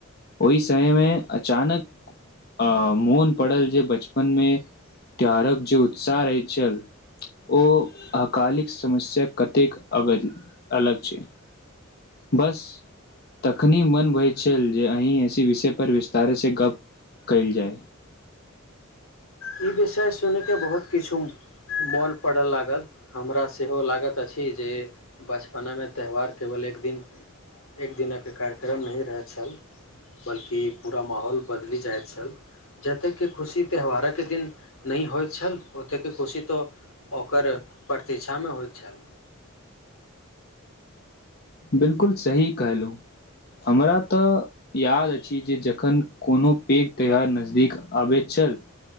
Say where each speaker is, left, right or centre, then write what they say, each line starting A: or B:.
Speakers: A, on the left; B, on the left.
A: ओहि समय मे अचानक अ मोन पड़ल जे बचपन मे त्योहारक जे उत्साह रहैत छल ओ अकालिक समस्या कतेक अ अलग छै बस तखनी मन बय छल जे अन्हि ऐसे विषय पर विस्तार से गप कयल जाय
B: ई विषय सुनिक बहुत किछु मोन पड़ऽ लागल हमरा सेहो लागैत अछि जे बचपनामे त्यौहार केवल एक दिन एक दिनक कार्यक्रम नहि रहैत छल बल्कि पूरा माहौल बदलि जाइत छल जतय कि खुशी त्यौहारक ओतेक दिन नहि होइत छल ओतेक खुशी तऽ ओकर प्रतीक्षामे होइत छल
A: बिलकुल सही कहलहुँ हमरा तऽ याद अछि जे जखन कोनो पैघ त्यौहार नजदीक आबैत छल